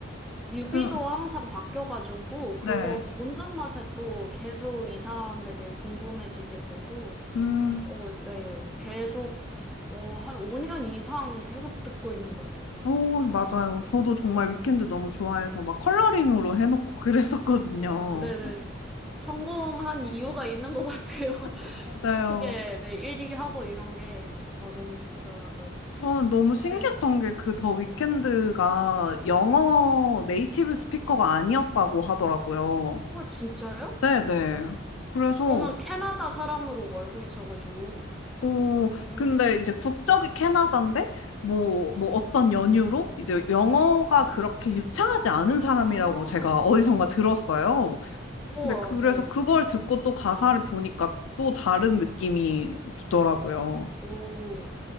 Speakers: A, in the centre; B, on the left (about 80°).
A: 뮤비도
B: 그런,
A: 항상 바뀌어가지고
B: 네.
A: 그거 보는 맛에 또 계속 이 사람에 대해 궁금해지게 되고
B: 음,
A: 어, 네, 계속 어, 한 5년 이상 계속 듣고 있는 것 같아요.
B: 오, 맞아요. 저도
A: 네.
B: 정말 위켄드 너무 좋아해서 막 컬러링으로 해놓고 <laughs> 그랬었거든요.
A: 어, 네네. 성공한 이유가 있는 것 같아요. <laughs>
B: 맞아요. 맞아요.
A: 크게 네, 1위 하고 이런 게 어, 너무 좋더라고요.
B: 저는 너무 신기했던
A: 네.
B: 게 그 더 위켄드가 영어 네이티브 스피커가 아니었다고 하더라고요.
A: 와, 진짜요?
B: 네네. 그래서,
A: 저는 캐나다 사람으로 알고 있어가지고.
B: 어,
A: 오.
B: 근데 이제 국적이 캐나다인데, 뭐, 뭐 어떤 연유로 이제 영어가 그렇게 유창하지 않은 사람이라고
A: 아.
B: 제가 어디선가 들었어요.
A: 우와,
B: 근데 그래서
A: 네.
B: 그걸 듣고 또 가사를 보니까 또 다른 느낌이 들더라고요.
A: 오,